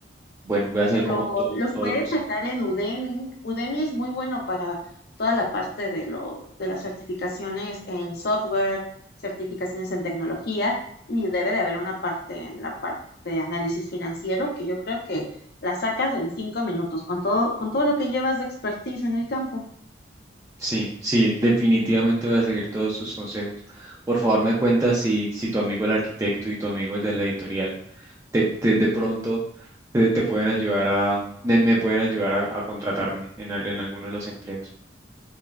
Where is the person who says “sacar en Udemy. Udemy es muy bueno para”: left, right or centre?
Left